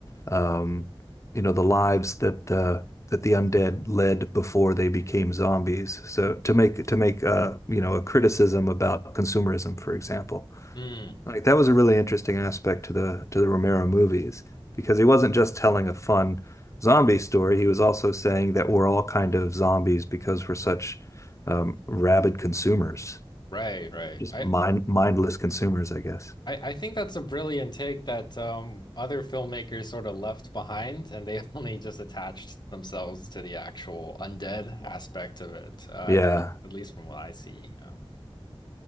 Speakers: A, on the left; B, on the left.
A: um, you know, the lives that the that the undead led before they became zombies. So to make to make uh, you know, a criticism about consumerism, for example.
B: Mm,
A: Like that was a really interesting aspect to the to the Romero movies because he wasn't just telling a fun zombie story. He was also saying that we're all kind of zombies because we're such um, rabid consumers,
B: right, right.
A: just
B: I,
A: mind mindless consumers, I guess.
B: I, I think that's a brilliant take that um, other filmmakers sort of left behind, and they <laughs> only just attached themselves to the actual undead aspect of it, uh,
A: Yeah.
B: at least from what I see. Um,